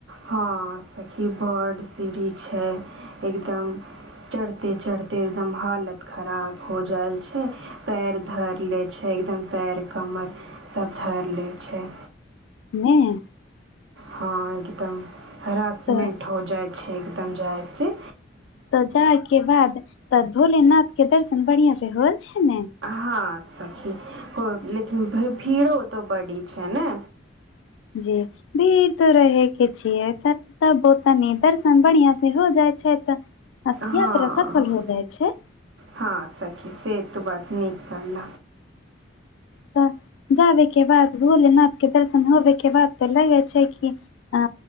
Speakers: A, on the right; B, on the left.
A: हँ सखी बड्ड सीढ़ी छै एकदम चढ़ते चढ़ते एकदम हालत खराब हो जयाल छै पैर धर ले एकदम पैर कमर सब धर ले छै
B: नहि
A: हँ एकदम हरासमेंट
B: तऽ
A: हो जाइ छै एकदम जायसँ
B: तऽ जाय के बाद तऽ भोलेनाथ के दर्शन बढ़ियाँ से होल छै ने
A: हँ सखी लेकिन भीड़ो तो बड़ी छै ने
B: जी भीड़ तो रहेके छियै तऽ तऽ बोतनी दर्शन बढ़ियाँ से हो जाय छै तऽ अस्तिया
A: हँ
B: त सफल हो जाइ छै
A: हँ सची सेत तऽ बात नीक कहल
B: तऽ जाबे के बाद भोलेनाथ के दर्शन होबे के बाद तऽ लगे छै कि आ